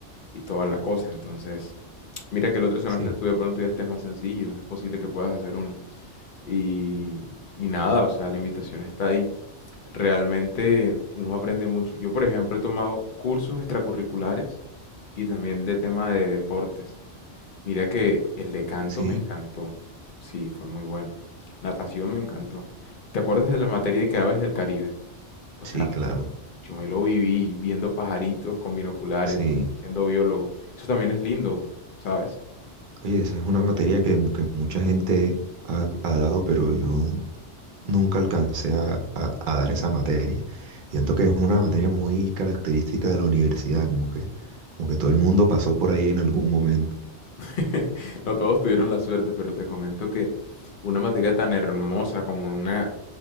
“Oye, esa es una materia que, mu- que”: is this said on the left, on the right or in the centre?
Right